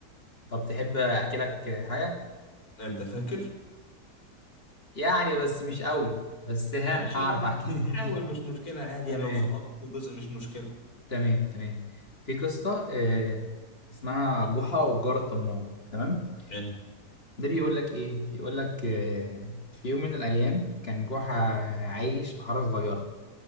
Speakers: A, on the left; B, on the left.
A: طب تحب احكي لك حاجة
B: انت فاكر
A: يعني بس مش قوي بس ها
B: ماشي
A: هعرف
B: يلا
A: احكي
B: حاول مش
A: <laughs>
B: مشكلة عادي
A: تمام
B: يعني لو سقطت جزء مش مشكلة
A: تمام تمام في قصة آه اسمها جحا والجار الطماع تمام
B: حلو
A: ده بيقول لك ايه بيقول لك آه في يوم من الايام كان جحا عايش في حارة صغيرة